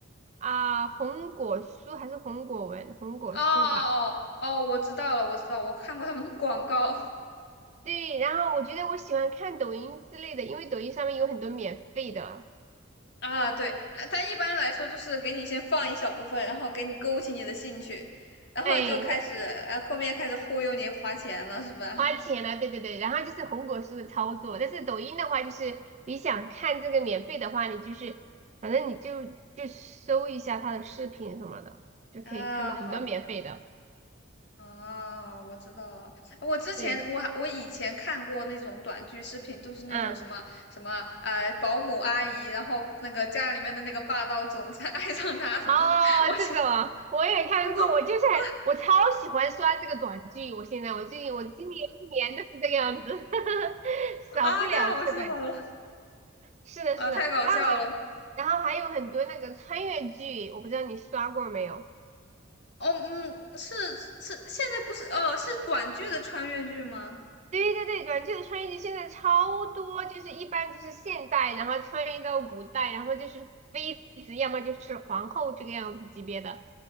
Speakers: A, on the right (about 35°); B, on the left (about 55°).
A: 啊红果书还是红果文，红果书吧。
B: 哦哦哦，哦我知道了，我知道，我看过他们的广告
A: 对，然后我觉得我喜欢看抖音之类的，因为抖音上面有很多免费的。
B: <laughs> 啊。对，它它一般来说就是给你先放一小部分，然后给你勾起你的兴趣，然后你就开始，
A: 哎，
B: 哎，后面开始忽悠你花钱了，是吧？
A: 花钱了，对对对，然后就是红果树的操作，但是抖音的话，就是你想看这个免费的话，你就是反正你就就搜一下他的视频什么的，就可以看到很多免费的。
B: 啊，好。啊，我知道了。我之前我还我以前看过那种短剧视频，
A: 对，
B: 都是那种什么什么呃保姆阿姨，
A: 嗯，
B: 然后那个家里面的那个霸道总裁 <laughs> 爱上她什么，
A: 哦，
B: <laughs> 我想
A: 这种我也看过，
B: <laughs>
A: 我就是很我超喜欢刷这个短剧，我现在我最近我今年一年都是这个样子，<laughs> 少不了这个短剧。
B: 啊，太好笑了
A: 是的，
B: 啊，
A: 是的，
B: 太搞笑了。
A: 然后还然后还有很多那个穿越剧，我不知道你刷过没有。
B: 哦，嗯，是是，现在不是哦，是短剧的穿越剧吗？
A: 对对对，短剧的穿越剧现在超多，就是一般就是现代，然后穿越到古代，然后就是妃子，要么就是皇后这个样子级别的，